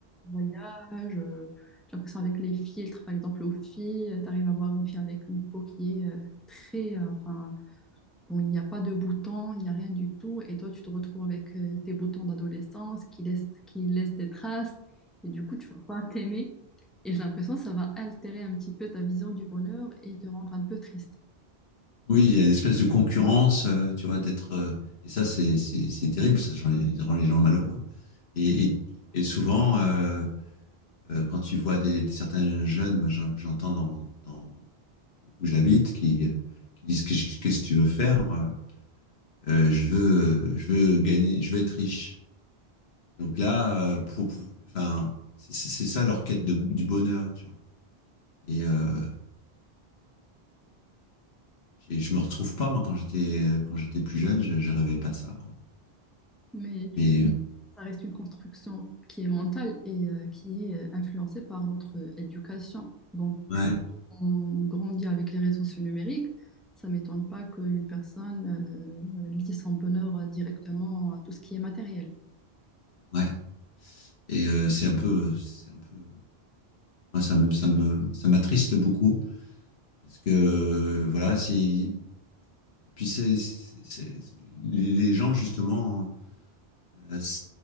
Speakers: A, in the centre; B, on the left (about 70°).
A: voyages. euh, j'ai l'impression avec les filtres, par exemple, aux filles, tu arrives à voir une fille avec une peau qui est euh, très, euh, enfin, Bon, il n'y a pas de boutons, il n'y a rien du tout. Et toi, tu te retrouves avec euh, tes boutons d'adolescence qui laissent, qui laissent des traces. Et du coup, tu ne vas pas t'aimer. Et j'ai l'impression que ça va altérer un petit peu ta vision du bonheur et te rendre un peu triste.
B: Oui, il y a une espèce de concurrence, euh, tu vois, d'être. euh, et ça, c'est, c'est, c'est terrible, ça rend les, ça rend les gens malheureux. Et, et, et souvent, euh, Euh, quand tu vois des, des certains jeunes, moi j'entends dans, dans, où j'habite, qui, euh, qui disent qu'est-ce que tu veux faire euh, Je veux, je veux gagner, je veux être riche. Donc là, pour, pour enfin, c'est c'est ça leur quête de, du bonheur. Tu vois. Et euh, et je me retrouve pas moi quand j'étais quand j'étais plus jeune je, je rêvais pas de ça quoi
A: Mais tu
B: mais
A: sais, ça reste une construction qui est mentale et euh, qui est euh, influencée par notre euh, éducation. Donc,
B: ouais
A: si on grandit avec les réseaux sociaux numériques, ça ne m'étonne pas qu'une personne euh, lie son bonheur directement à tout ce qui est matériel.
B: ouais et euh, c'est un peu c'est un peu moi ça me ça me ça m'attriste beaucoup parce que euh, voilà c'est Puis c'est, c'est- les gens, justement, euh,